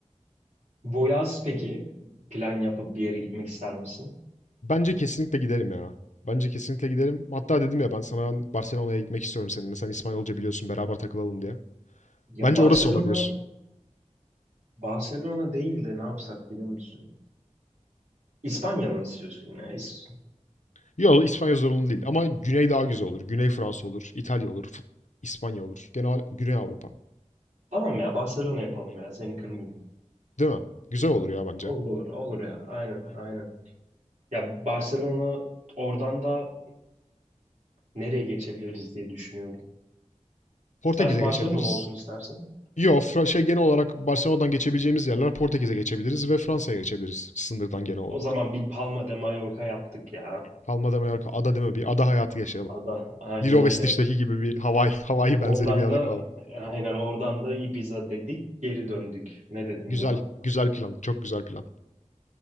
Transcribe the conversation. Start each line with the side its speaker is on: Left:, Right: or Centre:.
Right: Bu peki plan yapıp bir yere gitmek ister misin?
Left: Bence kesinlikle gidelim ya. Bence kesinlikle gidelim. Hatta dedim ya ben sana ben Barcelona'ya gitmek istiyorum seninle. Sen İspanyolca biliyorsun beraber takılalım diye.
Right: Ya
Left: Bence
Right: Barcelona,
Left: orası olabilir.
Right: Barcelona değil de ne yapsak biliyor musun? İspanya mı istiyorsun yine? İs-
Left: Yok İspanya zorunlu değil ama Güney daha güzel olur. Güney Fransa olur, İtalya olur, F- İspanya olur. Genel Güney Avrupa.
Right: Tamam ya Barcelona yapalım
Left: Barcelona yapalım
Right: ya seni
Left: ya.
Right: kırmayayım.
Left: Senin kararın. Değil mi? Güzel olur ya bence.
Right: Olur olur olur ya
Left: Olur
Right: aynen
Left: ya. Aynen.
Right: aynen.
Left: Aynen.
Right: Ya Barcelona oradan da nereye geçebiliriz diye düşünüyorum.
Left: Portekiz'e
Right: Sadece Barcelona
Left: geçebiliriz.
Right: mı olsun istersin?
Left: Yok, Fra- şey genel olarak Barcelona'dan geçebileceğimiz yerler Portekiz'e geçebiliriz ve Fransa'ya geçebiliriz sınırdan genel olarak.
Right: O zaman bir Palma de Mallorca yaptık ya.
Left: Ya. Palma de Mallorca, ada değil mi? Bir ada hayatı yaşayalım.
Right: Ada aynen
Left: Lilo
Right: öyle.
Left: ve Stitch'teki gibi bir Hawaii, <laughs> Hawaii
Right: Oradan
Left: benzeri bir yerde
Right: da
Left: kalalım.
Right: aynen oradan da Ibiza dedik geri döndük. Ne dedim
Left: Güzel,
Right: buna?
Left: güzel plan, çok güzel plan.